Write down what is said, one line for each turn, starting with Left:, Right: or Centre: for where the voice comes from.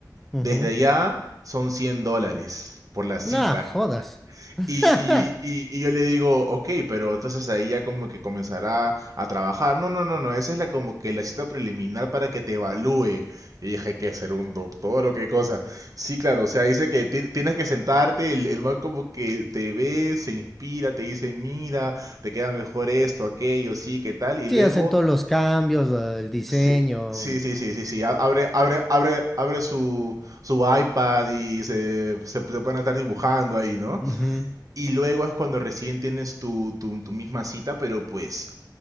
Centre: ujú.
Right: Desde allá son 100 dólares por la cita.
Centre: Nah, jodas.
Right: Y,
Centre: <laughs>
Right: y, y, y yo le digo, ok, pero entonces ahí ya como que comenzará a trabajar. No, no, no, no, esa es la como que la cita preliminar para que te evalúe. Y dije, ¿qué ser un doctor o qué cosa? Sí, claro, o sea, dice que ti- tienes que sentarte, el, el man como que te ve, se inspira, te dice, mira, te queda mejor esto, aquello, sí, qué tal, y
Centre: Sí,
Right: luego,
Centre: hacen todos los cambios, el diseño.
Right: sí, sí,
Centre: y-
Right: sí,
Centre: <laughs>
Right: sí, sí, sí, a- abre, abre, abre, abre su, su iPad y se, se, se pueden estar dibujando ahí, ¿no?
Centre: Ujú.
Right: Y luego es cuando recién tienes tu, tu, tu misma cita, pero pues